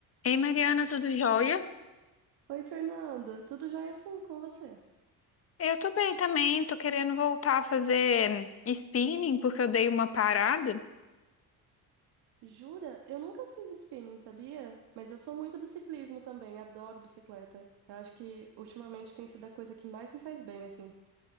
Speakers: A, on the left; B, on the right.
A: Ei, Mariana, tudo jóia?
B: Oi, Fernanda, tudo jóia assim com você?
A: Eu tô bem também, tô querendo voltar a fazer hum, spinning porque eu dei uma parada.
B: Jura? Eu nunca fiz spinning, sabia? Mas eu sou muito do ciclismo também, adoro bicicleta. Eu acho que ultimamente tem sido a coisa que mais me faz bem, assim.